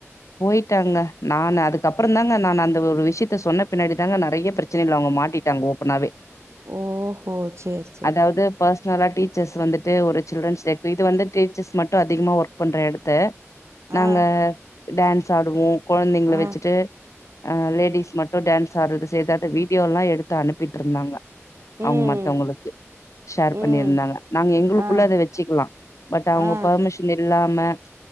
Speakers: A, on the left; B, on the right.
A: போய்ட்டாங்க நானு அதுக்கப்புறந்தாங்க நான் அந்த ஒரு விஷ்யத்த சொன்ன பின்னாடி தாங்க நெறைய பிர ச்சனைல அவ்ங்க மாட்டிட்டாங்க ஓப்பனாவே
B: ஓ ஹோ சேர்
A: அதாவ்து பர்ஸ்னலா டீச்சர்ஸ் வந்துட்டு ஒரு சில்ரன்ஸ்ட்ட இப்ப இது வந்து டீச்சர்ஸ் மட்டு அதிகமா ஒர்க் பண்ற எடத்த நாங்க
B: ஆ
A: டான்ஸ் ஆடுவோ கொழந்தைங்ள
B: ஆ
A: வச்சுட்டு ஆ லேடிஸ் மட்டு டான்ஸ் ஆடுறது செய்றது அத வீடியோலா எடுத்தா ட்ருந்தாங்க
B: ம்
A: அவ்ங்க மத்தவங்ளுக்கு ஷேர்
B: ம்
A: பண்ணிருந்தாங்க நாங்க எங்களுக்குள்ள
B: ஆ
A: அத வச்சுக்குலா பட் அவ்ங்க
B: ஆ
A: பர்மிஷ் ஷின் இல்லாம